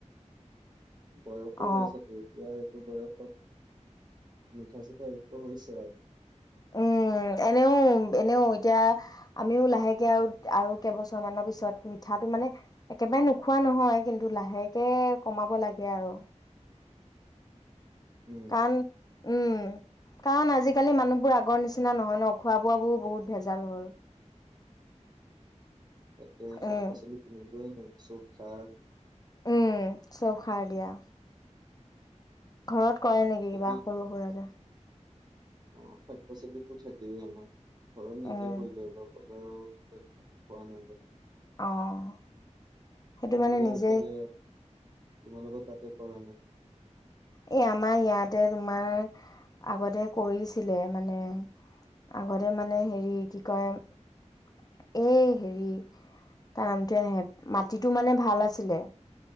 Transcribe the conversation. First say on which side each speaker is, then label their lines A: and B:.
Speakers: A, on the right; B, on the left.
A: বয়সো
B: অ
A: হৈছে পৰকীয়াই এইটো বয়সত মিঠা ছিঠা এৰিব হৈছে আৰু
B: উম, এনেও এনেও এতিয়া আমিও লাহেকেআও আৰু কেইবছৰ মানৰ পাছত মিঠাটো মানে একেবাৰে নোখোৱা নহয়, কিন্ত লাহেকে কমাব লাগে আৰু
A: উম
B: কাণ উম, কাৰণ আজিকালী মানুহবোৰ আগৰ নিচিনা নহয় ন? খোৱা বোৱাবোৰ বহুত ভেজাল হল।
A: <inaudible> একে শাক
B: উম
A: পাছলিচ কিমান কিনিব। <inaudible> <unintelligible>
B: উম চব সাৰ দিয়া। ঘৰত কৰে নেকি
A: বাকী
B: কিবা সৰু সুৰাকে?
A: অ শাক-পাচলিবোৰ থাকেই আৰু ন? নিজে
B: উম
A: কৰি দিয়া এহাতত <inaudible> <unintelligible>
B: অঁ সেইটো
A: তোমালোকৰ
B: মানে নিজেই
A: সেইফালে তোমালোকৰ তাতে কৰানে?
B: এ আমা ইয়াত জে তোমাৰ আগতে কৰিছিলে মানে আগতে মানে হেৰি কি কয় এ হেৰি তাৰ নামটোৱে নাহে মাটিটো মানে ভাল আছিলে,